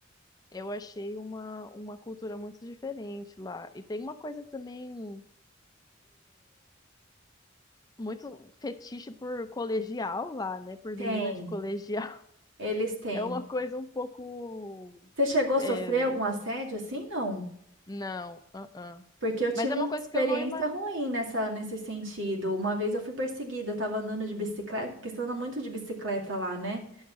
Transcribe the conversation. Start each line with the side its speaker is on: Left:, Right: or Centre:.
Left: eu achei uma, uma cultura muito diferente lá. E tem uma coisa também muito fetiche por colegial lá, né? Por
Right: Tem,
Left: menina de colegial. <laughs>
Right: eles têm.
Left: É uma coisa um pouco.
Right: Você chegou a
Left: é,
Right: sofrer algum assédio assim? Não.
Left: não, uh-uh.
Right: Porque eu tive
Left: Mas é uma
Right: uma
Left: coisa
Right: experiência
Left: que eu não imagino.
Right: ruim nessa, nesse sentido. Uma vez eu fui perseguida, eu tava andando de bicicleta, porque você anda muito de bicicleta lá, né?